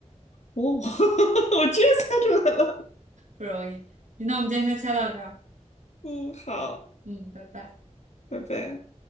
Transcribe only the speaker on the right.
不容易。那我们今天先猜到这儿。
嗯，拜拜。